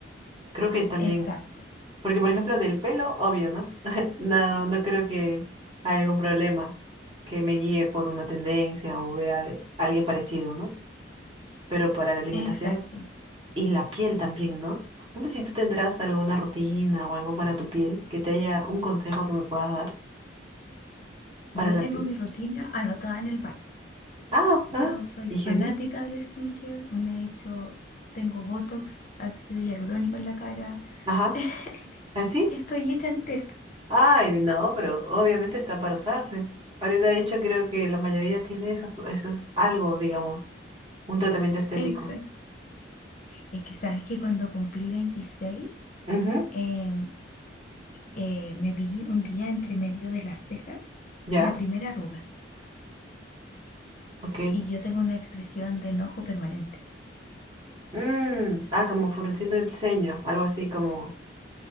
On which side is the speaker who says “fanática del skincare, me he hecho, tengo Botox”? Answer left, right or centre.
Left